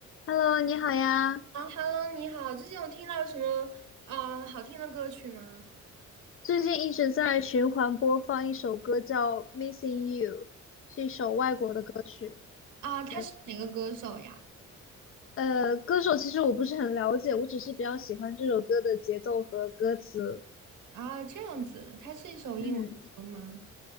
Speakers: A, on the left; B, on the right.
A: Hello，你好呀！
B: 啊，Hello，你好，最近有听到什么啊好听的歌曲吗？
A: 最近一直在循环播放一首歌，叫《Missing You》，是一首外国的歌曲。
B: 啊，他是哪个歌手呀？
A: 对，呃，歌手其实我不是很了解，我只是比较喜欢这首歌的节奏和歌词。
B: 啊，这样子，他是一首英文歌吗？
A: 嗯，